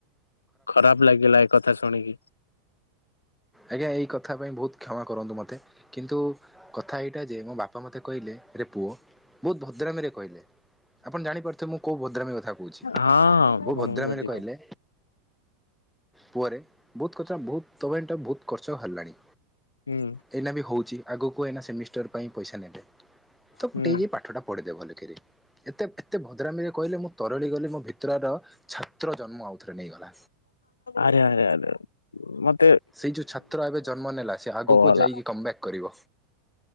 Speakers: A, on the left; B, in the centre.
A: ଖରାପ ଲାଗିଲା ଏ କଥା ଶୁଣିକି।
B: ଆଜ୍ଞା, ଏଇ କଥା ପାଇଁ ବହୁତ କ୍ଷମା କରନ୍ତୁ, ମତେ କିନ୍ତୁ କଥା ଏଇଟା ଯେ ମୋ ବାପା ମତେ କହିଲେ ରେ ପୁଅ ବହୁତ ଭଦ୍ରାମୀରେ କହିଲେ ଆପଣ ଜାଣିପାରୁଥିବେ। ମୁଁ କୋଉ ଭ ଭଦ୍ରାମୀ କଥା କହୁଛି।
A: ହଁ
B: ବୋଉ
A: ହଁ
B: ଭଦ୍ରାମୀରେ
A: ମୁଁ ବୁଝିପାରି
B: କହିଲେ ପୁଅରେ! ବହୁତ କଥା ବହୁତ ତମ ଏଟା ବହୁତ। କରଚ ହାରିଲାଣି।
A: ହୁଁ
B: ଏଇନା ବି ହଉଛି। ଆଗକୁ ଏଇନା ସେମିଷ୍ଟର ପାଇଁ ପଇସା ନେବେ। ତ ପୁଟେଇ
A: ହୁଁ
B: ଏ ପାଠ ପଢ୍ ଦେ ଭଲକି। କିରେ ଏତେ ଏତେ ଭଦ୍ରାମୀରେ କହିଲେ ମୁଁ ତରଳି ଗଲି ମୋ ଭିତରର ଛାତ୍ର ଜନ୍ମ ଆଉଥରେ। ନେଇଗଲା।
A: ଆରେ! ଆରେ! ଆରେ! ମତ
B: ସେଇ ଯୋଉ ଛାତ୍ର ଏବେ ଜନ୍ମ ନେଲା। ସେ ଆଗକୁ
A: ହେଲା
B: ଯାଇକି କମ୍ ବ୍ୟାକ କରିବ।